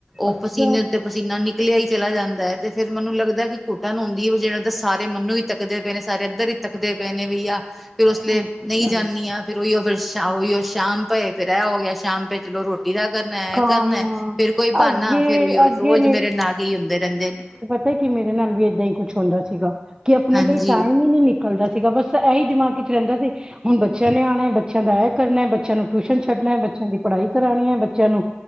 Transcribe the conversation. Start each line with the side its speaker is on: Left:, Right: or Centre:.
Centre: ਉਹ
Right: ਅੱਛਾ
Centre: ਪਸੀਨੇ ਉੱਤੇ ਪਸੀਨਾ । ਨਿਕਲਿਆ ਹੀ ਚਲਾ ਜਾਂਦਾ ਹੈ ਤੇ ਫੇਰ ਮੈਨੂੰ ਲੱਗਦਾ ਕਿ ਘੁੱਟਣ ਹੁੰਦੀ ਹੈ ਵੀ ਜਿਹੜਾ ਦਾ ਸਾਰੇ ਮੰਨੂ। ਤੱਕਦੇ ਪਏ ਨੇ ਸਾਰੇ ਇੱਧਰ ਹੀ ਤੱਕਦੇ ਪਏ ਨੇ ਬਈਆ ਫੇਰ ਉਸਲੇ
Right: ਅੱਛਾ
Centre: ਨਹੀਂ ਜਾਣੀ ਆ ਫੇਰ ਉਹੀ ਅਗਰ। ਅੱਛਾ ਉਹੀ ਉਹ ਸ਼ਾਮ ਪਏ ਫੇਰ ਆ ਹੋ ਗਿਆ ਸ਼ਾਮ ਪਏ ਚਲੋ ਰੋਟੀ। ਰੋਟੀ ਦਾ ਕਰਨਾ
Right: ਕੰਮ
Centre: ਇਹ ਕਰਨਾ ਫੇਰ ਕੋਈ ਬਹਾਨਾ
Right: ਅੱਗੇ
Centre: ਫਿਰ ਉਹੀ
Right: ਅੱਗੇ
Centre: ਰੋਜ਼ ਮੇਰੇ ਨਾਗੇ ਹੀ ਹੁੰਦੇ ਰਹਿੰਦੇ ਨੇ।
Right: ਫਿਰ ਕਿ ਮੇਰੇ ਨਾਲ ਵੀ ਏਦਾਂ ਹੀ ਕੁੱਛ ਹੁੰਦਾ ਸੀਗਾ ਕਿ ਆਪਣੇ
Centre: ਹਾਂਜੀ
Right: ਲਈ ਟਾਈਮ ਹੀ ਨਹੀਂ ਨਿਕਲਦਾ ਸੀਗਾ ਬਸ। ਤਾਂ ਇਹੀ ਦਿਮਾਗ 'ਚ ਰਹਿੰਦਾ ਸੀ ਹੁਣ ਬੱਚਿਆਂ ਨੇ ਆਉਣਾ, ਬੱਚਿਆਂ ਦਾ ਇਹ ਕਰਨਾ, ਬੱਚਿਆਂ ਨੂੰ ਟਿਊਸ਼ਨ ਛੱਡਣਾ ਬੱਚਿਆਂ ਦੀ ਪੜ੍ਹਾਈ। ਨਹੀਂ ਕਰਾਣੀ ਆ ਬੱਚੇ। ਬੱਚਿਆਂ ਨੂੰ